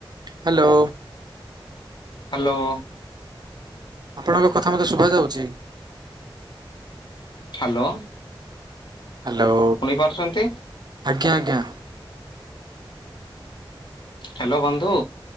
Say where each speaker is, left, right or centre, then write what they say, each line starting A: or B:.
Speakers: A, on the right; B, on the left.
A: Hello.
B: Hello.
A: ଆପଣଙ୍କ କଥା ମତେ ଶୁଭା ଯାଉଚି।
B: ହାଲୋ।
A: ହ୍ୟାଲୋ।
B: ପାରୁଛନ୍ତି?
A: ଆଜ୍ଞା ଆଜ୍ଞା।
B: ହ୍ୟାଲୋ ବନ୍ଧୁ।